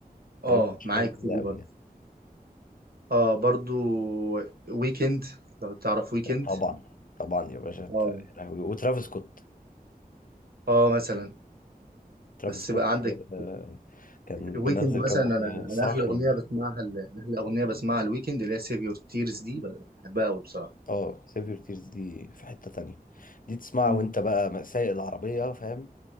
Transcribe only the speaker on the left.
هي
ما كانتش
حاجه جديده
قوي
يعني طبعا طبعا يا باشا أنت-
يا لهوي وترافيس سكوت
ترافيس
سكوت
آه، كان
منزل
كام اغنيه
الصراحه
حلوين
يعني
اه سيف يور تيرز دي في حته تانية دي تسمعها
وانت بقى سايق العربيه فاهم